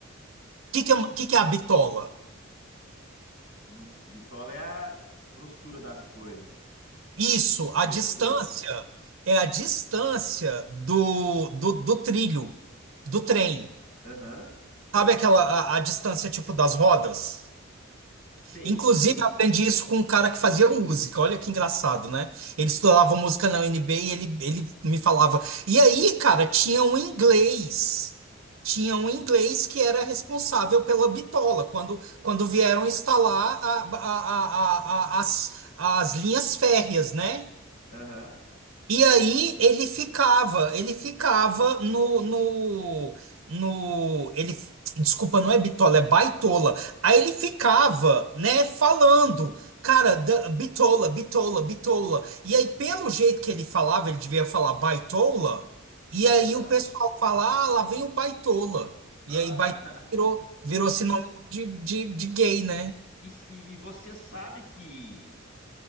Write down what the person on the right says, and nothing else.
O que que é, que que é a bitola?
Isso, a
distância é a distância do, do, do trilho, do trem.
Sabe aquela a, a distância tipo das rodas?
Inclusive, eu aprendi isso com um cara que fazia música. Olha que engraçado, né? Ele estudava música na UNB e ele, ele me falava. E aí, cara, tinha um inglês. Tinha um inglês que era responsável pela bitola, quando, quando vieram instalar a, a, a, a- a- as, as linhas férreas, né?
E aí ele ficava, ele ficava no, no, no, ele, desculpa, não é bitola, é baitola. Aí ele ficava, né, falando, cara, da- bitola, bitola, bitola. E aí pelo jeito que ele falava, ele devia falar baitola. E aí
o pessoal fala, ah, lá vem o baitola. E
aí baitola virou,
virou
sinônimo de, de, de gay, né?